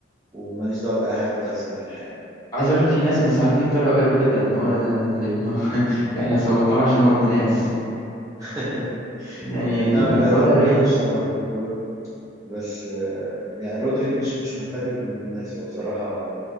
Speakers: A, on the right; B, on the left.
A: وماليش دعوه باي حاجه بتحصل في الحياه
B: عايز اقول لك
A: آه،
B: في ناس من الصحفيين طلعوا قالوا كده ان هو ان هو <laughs> يعني احنا صوتنا له عشان هو ابن ناس
A: <laughs>
B: يعني
A: اي نعم
B: ف-
A: ده
B: فوضع
A: ده ما
B: غريب
A: ينفعش طبعا في الكوره بس آه، يعني رودري مش مش محتاج يكون ابن ناس هو بصراحه